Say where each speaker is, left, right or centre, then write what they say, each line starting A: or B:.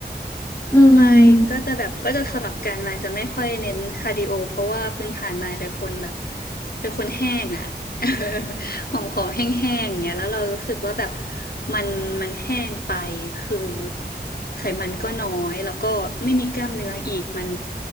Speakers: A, on the left; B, on the left.
A: คือไมค์ก็จะแบบก็จะสลับกันไมค์จะไม่ค่อยเน้นคาร์ดิโอเพราะว่าพื้นฐานไมค์เป็นคนแบบ
B: อืม
A: เป็นคนแห้งอ่ะ <laughs> เออหอมหอมแห้งๆอย่างเงี้ยแล้วเรารู้สึกว่าแบบมันมันแห้งไป คือไขมันก็น้อยแล้วก็ไม่มีกล้ามเนื้ออีกมัน